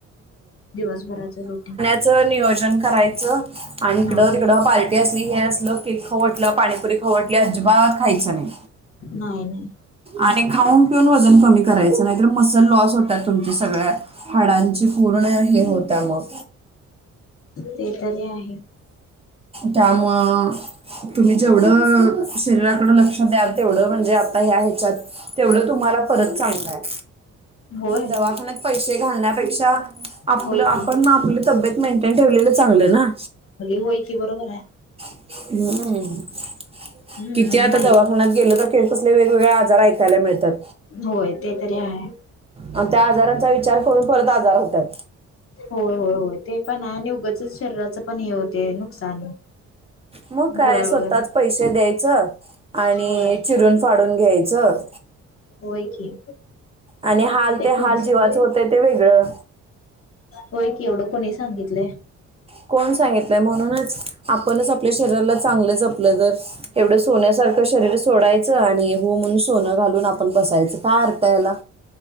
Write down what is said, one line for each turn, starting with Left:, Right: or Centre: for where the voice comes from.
Left: दिवसभराच रुटीन
Right: च नियोजन करायच आणि इकड
Left: हा
Right: तिकड पा टी असली हे असलं केक खाऊ वाटलं पाणी पुरी खाऊ वाटली अजिबात खायचं नाही.
Left: नाही नाही
Right: आणि खाऊन पिऊन वजन कमी करायचं नाहीतर मसल लॉस होत्याल तुमच्या सगळ्या. हाडांची पूर्ण हे होत्या मग.
Left: ते तरी आहे.
Right: त्यामुळ तुम्ही जेवढं शरीराकड लक्ष द्याल तेवढं म्हणजे आता या ह्याच्यात तेवढं तुम्हाला परत चांगलाय.
Left: होय
Right: दवाखान्यात पैसे घालण्यापेक्षा आपलं
Left: होय
Right: आपण
Left: की
Right: आपली तब्येत मेंटेन ठेवलेलं चांगलं ना.
Left: होय की बरोबर आहे.
Right: हम्
Left: हम्म
Right: किती आता
Left: नाही
Right: दवाखान्यात गेले तर कसले वेगवेगळे आजार ऐकायला मिळतात.
Left: होय ते तरी आहे.
Right: आणि त्या आजारांचा विचार करून परत आजार होतात.
Left: होय होय होय ते पण आहे आणि उगच शरीराच पण हे होतंय नुकसान.
Right: मग काय
Left: गोळ्या
Right: स्वतःच
Left: वगैरे
Right: पैसे द्यायचं. आणि
Left: होय
Right: चिरून फाडून घ्यायचं
Left: होय की.
Right: आणि हाल ते
Left: कोणी
Right: हाल
Left: सांग
Right: जीवाच होत ते वेगळं.
Left: होय की, एवढं कोणी सांगितलंय?
Right: कोण सांगितलंय म्हणूनच, आपणच आपल्या शरीराला चांगलं जपलं जर एवढं सोन्यासारखं शरीर सोडायचं आणि हो म्हणून सोनं घालून आपण बसायचं. काय अर्थ याला?